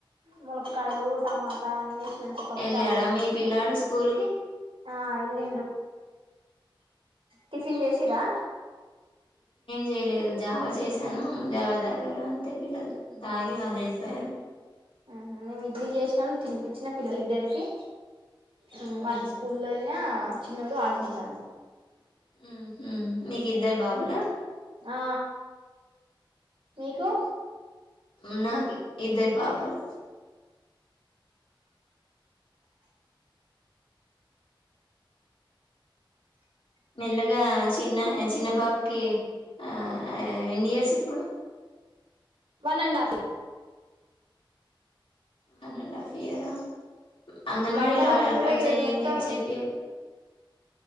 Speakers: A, on the right; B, on the left.
A: ముల్కయాలు టమాటా అన్ని మంచిగా పప్పు
B: ఎళ్ళాడా
A: చార్ చేశ్నా
B: మీ
A: ఈరోజు
B: పిల్లాడు స్కూల్‌కి?
A: ఆ ఏళ్ళిండు టిఫిన్ చేసిర్రా
B: జెయలేదు జావా చేశాను జావా దాగారు అంతే పిల్లలు తాగి
A: ఆ
B: వాళ్ళు ఎళ్ళిపోయారు.
A: ఆహ మేమ్ ఇడ్లీ చేశ్నాం తిన్పించిన పిల్లలిద్దరికి అ
B: హ్మ్.
A: వాన్ని స్కూల్ తోళ్న చిన్నోడు ఆడ్కుంటాండు
B: ఊహ్ మీక్ ఇద్దర్ బాబుల
A: ఆ మీకు
B: ఉన్నా ఇద్దర్ పాపల్ మెల్లగా చిన్న చిన్న బాబుకి ఆ ఎనీయర్స్ ఇప్పుడు
A: one and half
B: one and half ఇయరా అంగన్వాడీలా
A: వాతావరణం
B: అల్వట్
A: కూడా ఈరోజు
B: జె
A: మొత్తం
B: ని జెపియపొ